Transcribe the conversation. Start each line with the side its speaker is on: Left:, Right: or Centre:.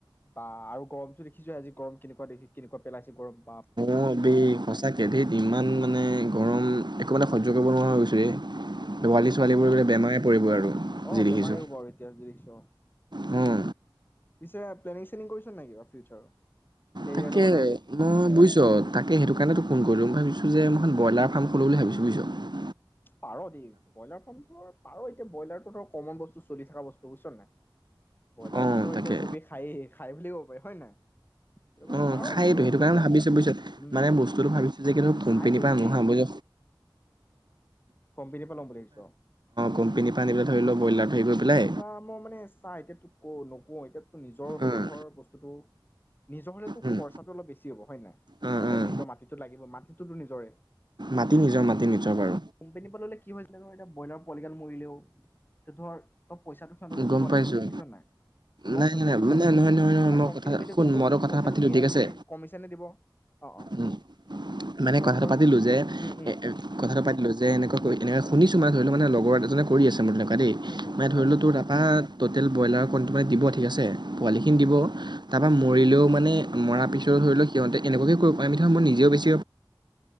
Left: বা আৰু গৰমটো আজি গৰম কেনেকুৱা দেখি কেনেকুৱা পেলাইছে গৰম বাপ
Right: অ বে সঁচাকে ধেৎ ইমান মানে। একোমানে সহ্যকৰিব
Left: উম
Right: নোৱাৰা হৈ গৈছো ৰে। পোৱালী ছোৱালীবোৰ
Left: অ
Right: বোলে বেমাৰে পৰিব আৰু
Left: অ
Right: যি
Left: বেমাৰী
Right: দেখিছোঁ।
Left: হ'ব আৰু এতিয়া যদি দেখিছ
Right: হো।
Left: পিছে প্লেনিং চেনিং কৰিছ নাই কিবা ফিউচাৰৰ? কেৰিয়াৰটোৰ
Right: তাকে,
Left: কথা
Right: মই বুইছ তাকে সেইটো কাৰনে তোক ফোন কৰিলো মই ভাবি যে মই ব্ৰইলাৰ ফাৰ্ম খোলো বুলি ভাবিছো। <unintelligible>
Left: পাৰ দেই ব্ৰইলাৰ ফৰ্মফ্লৰ পাৰই। ব্ৰইলাৰটোত কমন বস্তু চলি থকা বস্তু বুইছ নাই? ব্ৰইলাৰতোতো
Right: অঁ তাকে
Left: এতিয়া চবেই খায়েই খাই বুলিও ৱেহয় নাই? সেইটো কাৰণে
Right: উ
Left: পাৰ
Right: খায়তো
Left: খুলিব
Right: সেইটো
Left: খুলি
Right: কাৰণে
Left: ল
Right: ভাবিছে বুজিছ,
Left: উম
Right: মানে বস্তুটো ভাবিছে যে কোম্পনীৰ
Left: চাই লবি
Right: পা আনোহা বুজ।
Left: কম্পেনী পৰা লম বুলি ভাবিছ?
Right: কোম্পেনীৰ পৰা আনি পেলাই ধৰি লও ব্ৰইলাৰটো হেৰি কৰি
Left: কম্পেনী
Right: পেলাই
Left: পা মই মানে চা এতিয়া তোক ক নক কএটত নিজৰ হ'লেধৰ
Right: উম
Left: বস্তুটো নিজৰ হ'লেতো
Right: উম
Left: খৰচাটো অলপ বেছি হ'ব হয়নাই?
Right: উম
Left: আৰু
Right: উম
Left: দান নিজৰ মাটিটো লাগিব মাটিটোতো নিজৰে।
Right: মাটি নিজৰ মাতিনি যাবাৰ
Left: কম্পেনী পলালে কি হয় জানোএতিয়া ব্ৰইলাৰ পোৱালিগাল মৰিলেও, এতধৰ ত পইচাটো সিহঁতক দিব্ব
Right: গম পাইছোঁ।
Left: লাগিব মানে বুইছ নাই, লচ্
Right: নাই নাই
Left: আছে
Right: নাই
Left: মানে তাত অলপ
Right: নহয় নহয় নহয়
Left: আৰু
Right: মই
Left: কোম্পেনী
Right: কথা
Left: পা এতিয়া
Right: শুন
Left: তোক
Right: মই কথা
Left: পইচাটো
Right: পাতিলোঁ
Left: দিয়ে
Right: ঠিক
Left: নে
Right: আছে
Left: নিদিয়ে, কমিছনহে দিব। অ অ।
Right: উম মানে
Left: কচোন
Right: কথাটো
Left: বাৰু
Right: পাতিলো যে এ
Left: উম উম
Right: এ কথাটো পাতিলো যে এনেকৈ ক এনেকে শুনিছো মানে ধৰি ল মানে লগৰএজনে কৰি আছে। থকাদেই,
Left: উম উম
Right: মানে
Left: হয়
Right: ধৰি
Left: হয়
Right: ল তোৰ তাপা টোটেল ব্ৰইলাৰ ফোনটো মানে দিব ঠিক আছে। পোৱালি খিনি
Left: উম
Right: দিব। তাৰপৰা মৰিলেও মানে মৰাৰ পিছতো ধৰি লওঁক সিহঁতেহঁ এনেকুৱাকেও কৰিব পাৰে মিঠা মই নিজেও বেছি